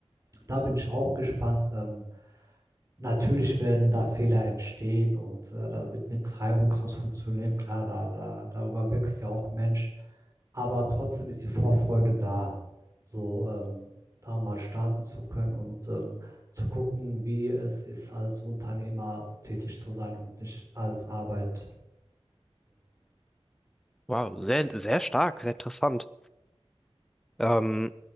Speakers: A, on the right; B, in the centre.
A: Da bin ich auch gespannt. Ähm, natürlich werden da Fehler entstehen und äh, da wird nichts reibungslos funktionieren. Klar, da, da, darüber wächst ja auch ein Mensch. Aber trotzdem ist die Vorfreude da, so ähm, da mal starten zu können und ähm, zu gucken, wie es ist, als Unternehmer tätig zu sein und nicht als Arbeitnehmer.
B: Wow, sehr, sehr stark, sehr interessant. Ähm,